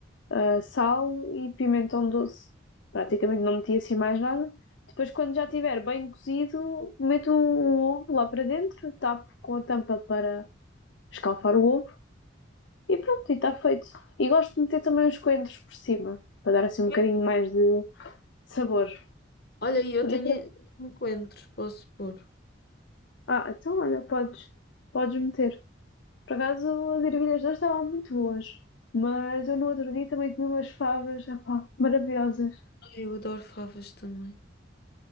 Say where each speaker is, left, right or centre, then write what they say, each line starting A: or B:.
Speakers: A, on the left; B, on the left.
A: ah, sal e pimentão doce. Praticamente não meti assim mais nada. Depois, quando já estiver bem cozido, meto o ovo lá para dentro, tapo com a tampa para escalfar o ovo e pronto, e está feito. E gosto de meter também os coentros por cima, para dar assim um
B: Sim.
A: bocadinho mais de sabor.
B: Olha, e eu tenho
A: E por-
B: coentros, posso pôr.
A: Ah, então olha, podes, podes meter. Por acaso as ervilhas não estavam muito boas, mas eu no outro dia também comi umas favas, ah pá, maravilhosas.
B: Ai, Eu adoro favas também.